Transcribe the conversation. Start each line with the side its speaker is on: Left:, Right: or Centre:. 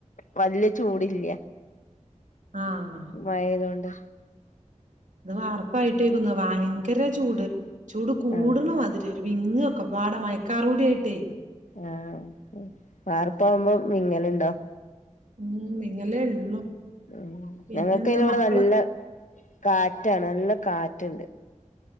Left: വല്ല്യ ചൂടില്ല
Right: ആഹ്
Left: മഴയാതൊണ്ട്
Right: ഇത് വാർപ്പായിട്ടേക്കുന്ന ഭയങ്കര ചൂട് ചൂട് കൂടണ
Left: ആഹ്
Right: മാതിരി വിങ്ങൊ ഒക്കെ പാട മയക്കാറുടി ആയിട്ടേ
Left: ആഹ് വാർപ്പാവുമ്പോ വിങ്ങലുണ്ടോ
Right: ഉം വിങ്ങലെ ഉള്ളു
Left: ഉ
Right: പിന്നെന്താ
Left: ഞങ്ങൾക്ക്അയിന് വടെ
Right: മക്കളൊ
Left: നല്ല കാറ്റാണ് നല്ല കാറ്റ്ണ്ട്